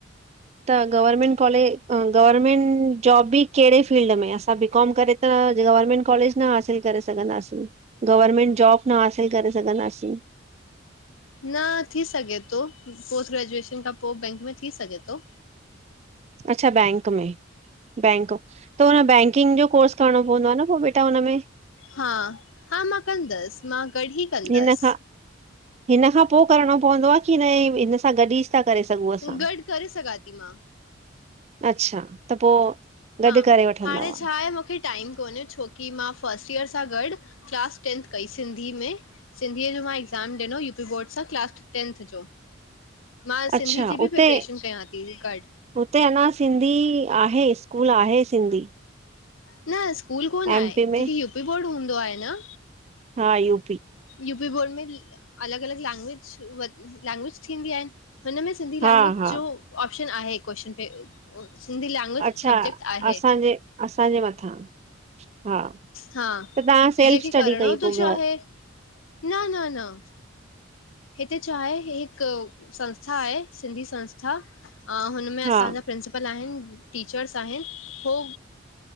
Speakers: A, on the right; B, on the left.
A: त गवर्नमेंट कॉलेज गवर्नमेंट जॉब बि कहिड़े फील्ड में असां बी कॉम करे त गवर्नमेंट कॉलेज न हासिल करे सघंदासीं, गवर्मेंट जॉब न हासिल करे सघंदासीं।
B: न थी सघे थो। पोस्ट ग्रेजुएशन खां पो बैंक में थी सघे थो।
A: अच्छा बैंक में। बैंक त हुन बैंकिंग जो कोर्स करणो पवंदो आहे न पो बेटा हुन में।
B: हा हा मां कंदसि मां गॾु ही कंदसि।
A: हिन खां हिन खां पो करणो पवंदो आ कि न हिन सां गॾु ही था करे सघूं असां?
B: गॾु करे सघा थी मां।
A: अच्छा त पो
B: हा
A: गॾु करे वठंदा
B: हाणे
A: हुआ।
B: छा आहे मूंखे टाइम कोन्हे छोकी मां फस्ट ईयर सां गॾु क्लास टेंथ कई सिंधी में। सिंधीअ जो मां एक्ज़ाम ॾिनो यू पी बोर्ड सां क्लास टेंथ जो। मां सिंधी
A: अच्छा
B: जी बि
A: उते
B: प्रिपरेशन कयां थी गॾु।
A: हुते अञा सिंधी आहे स्कूल आहे सिंधी।
B: न स्कूल कोन
A: एमपी
B: आहे
A: में
B: जेके यू पी बोर्ड हूंदो आहे न।
A: हा यू।
B: यू पी बोर्ड में अलॻि-अलॻि लैंग्विज लैंग्वेज थींदी आहे हुनमें सिंधी
A: हा
B: लैंग्वेज
A: हा
B: जो ऑप्शन आहे क्वेशन पे सिंधी लैंग्वेज
A: अच्छा
B: सब्जेक्ट आहे।
A: असांजे असांजे मथां। हा
B: हा
A: त तव्हां सेल्फ
B: जेकी
A: स्टडी
B: करणो
A: कई पोइ
B: तो चाहे।
A: घर
B: न न न हिते छा आहे हिकु संस्था आहे, सिंधी संस्था उन मे असांजा
A: हा
B: प्रिंसिपल प्रिंसिपल आहिन, टीचर्स आहिन हो